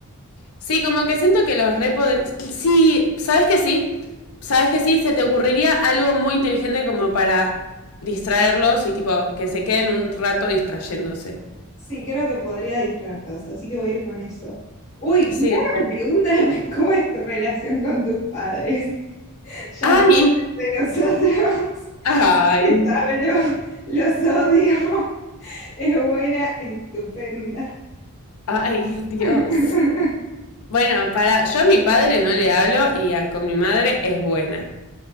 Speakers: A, on the left; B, on the left.
A: Sí, como que siento que los re poder- que Sí, ¿sabes que sí? ¿Sabes que sí? Se te ocurriría algo muy inteligente como para distraerlos y tipo que se queden un rato distrayéndose.
B: Sí, creo que podría distraerlos, así que voy a ir con eso. Uy,
A: Sí,
B: mirá
A: re.
B: la pregunta después, <laughs> ¿cómo es tu relación con tus padres? <laughs> Ya
A: Ay,
B: no es de nosotros,
A: ay,
B: <laughs> les hablo, los odio, <laughs> es buena, estupenda.
A: ay, Dios.
B: <laughs>
A: Bueno, para, yo a mi padre no le hablo y a- con mi madre es buena.